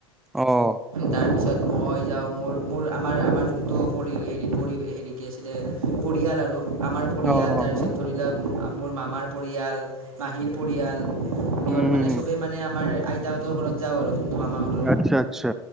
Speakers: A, in the centre; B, on the right.
A: অ'।
B: তাৰপিছত মই যাওঁ মোৰ-মোৰ আমাৰ-আমাৰ যোনটো পৰি হেৰি-পৰি হেৰি কি আছিলে, পৰিয়াল আৰু। আমাৰ পৰিয়াল
A: অ অ
B: তাৰপিছত
A: অ
B: ধৰি লোৱা মোৰ মামাৰ পৰিয়াল, মাহীৰ পৰিয়াল। সিহঁত
A: উম হুম
B: মানে
A: হুম
B: চবেই মানে আমাৰ আইতাহঁতৰ ঘৰত যাও আৰু জোনটো মামাহঁত
A: আচ্ছা, আচ্ছা।